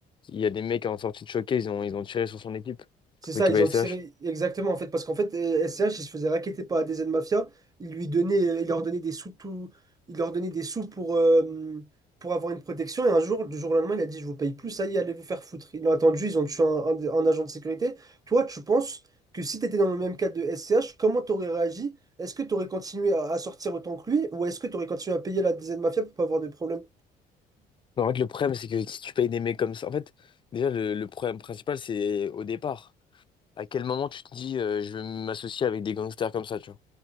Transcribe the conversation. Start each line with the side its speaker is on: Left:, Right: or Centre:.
Left: Il y a des mecs en sortie de showcase, ils ont, ils ont tiré sur son équipe,
Right: C'est ça,
Left: l'équipe
Right: ils
Left: ASH.
Right: ont tiré exactement en fait, parce qu'en fait, euh, SCH, ils se faisait racketter par des aides mafia, il lui donnait euh, ils leur donnait des sous tout, il leur donnait des sous pour, euh, pour avoir une protection, et un jour, du jour au lendemain, il a dit, je vous paye plus, ça y est, allez vous faire foutre. Ils l'ont attendu, ils ont tué un, un- un agent de sécurité. Toi, tu penses que si tu étais dans le même cas de SCH, comment t'aurais réagi? Est-ce que tu aurais continué à, à sortir autant que lui, ou est-ce que tu aurais continué à payer la des aides mafia pour pas avoir de problème?
Left: Mais en fait, le problème, c'est que si tu payes des mecs comme ça, en fait, déjà, le, le problème principal, c'est au départ. À quel moment tu te dis, euh, je vais m'associer avec des gangsters comme ça, tu vois?